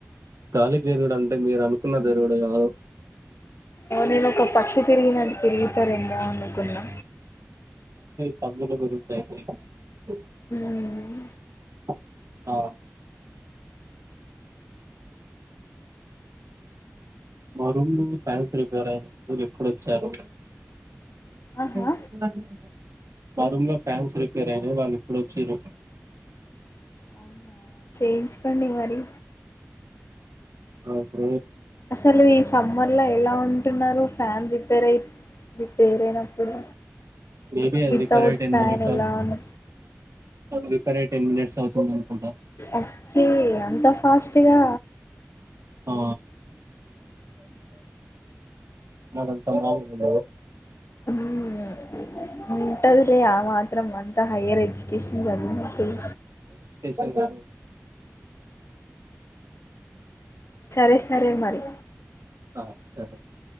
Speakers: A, on the right; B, on the left.
A: గాలికి ఎగరడం అంటే మీరు అనుకున్నది ఎగరడం కాదు
B: ఓ నేను ఒక పక్షి తిరిగినట్టు తిరుగుతారేమో అనుకున్నా
A: చలు గరు <unintelligible>
B: మ్మ్
A: అ మా రూమ్ నుండి ఫ్యాన్స్ రిపేర్ అయినయి మీరు ఎప్పుడొచ్చారు <inaudible>
B: ఆహా
A: మా రూమ్ లో ఫ్యాన్స్ రిపేర్ అయినా కదా ఇప్పుడొచ్చిన్రు
B: అవునా చేస్కొండి మరి
A: ఓకే
B: అసలు ఈ సమ్మర్ లో ఎలా ఉంటున్నారు ఫ్యాన్ రిపేర్ అయి రిపెర్ అయినప్పుడు
A: మే బి అది
B: వితౌట్
A: రిపేర్ అయిట టెన్
B: ఫ్యాన్
A: మినిట్స్
B: ఎలా ఉన్నా
A: అది రిపేర్ అయిటానికి టెన్ మనిట్స్ అవుతుంది అనుకుంటా
B: ఓకే అంత ఫాస్ట్గా
A: ఆ మడంత మావు <unintelligible>
B: మ్మ్ ఉంటాదిలే ఆ మాత్రం అంతా హయ్యర్ ఎడ్యుకేషన్ చదివినప్పుడు
A: ఏవ్వరు
B: సరే సరే మరి
A: ఆ సరే